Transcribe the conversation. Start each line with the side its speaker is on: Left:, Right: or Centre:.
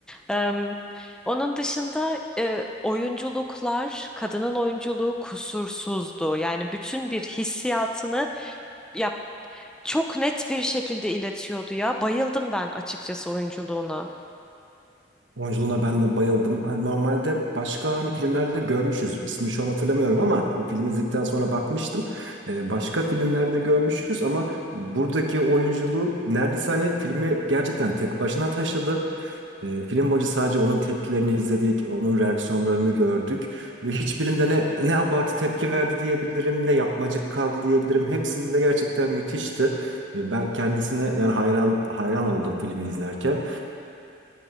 Centre: Em, onun dışında e, oyunculuklar, kadının oyunculuğu kusursuzdu. Yani bütün bir hissiyatını ya çok net bir şekilde iletiyordu ya. Bayıldım ben açıkçası oyunculuğuna.
Right: Oyunculuğuna ben de bayıldım. Hani normalde başka hani filmlerde görmüşüz. İsmini şu an hatırlamıyorum ama film izledikten sonra bakmıştım. Ee, başka filmlerde görmüşüz ama buradaki oyunculuğu neredeyse hani filmi gerçekten tek başına taşıdı. E, film boyunca sadece onun tepkilerini izledik, onun reaksiyonlarını gördük ve hiçbirinde ne ne abartı tepki verdi diyebilirim, ne yapmacık kaldı diyebilirim. Hepsinde gerçekten müthişti. E, ben kendisine yani hayran hayran oldum filmi izlerken.